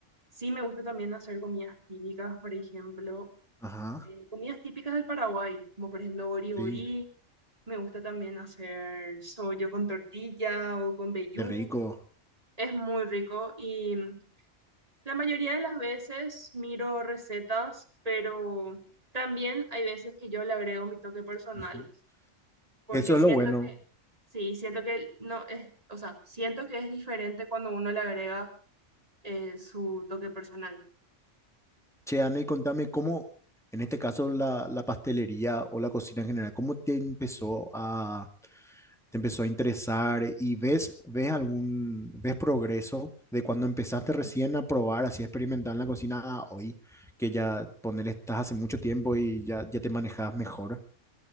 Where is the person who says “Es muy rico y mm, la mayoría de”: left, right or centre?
Right